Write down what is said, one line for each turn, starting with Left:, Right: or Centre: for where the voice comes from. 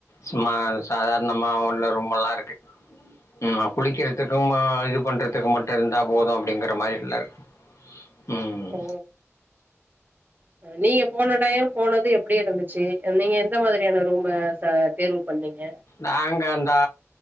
Left: சும்மா சாதாரணமா உள்ள ரூம் எல்லாம் இருக்கு உம் குழிக்கிறதுக்க ம் ம இது பண்றது இத்துக்கு மட்டும் இருந்தா போதும் அப்படிங்கிற மாரி இல்ல இருக்கு உம்
Right: ஓ நீங்க போன டைம் போனது எப்டி இருந்துச்சு நீங்க எந்த மாதிரியான ரூம்ம ச தேர்வு பண்ணீங்க
Left: நாங்கந்தா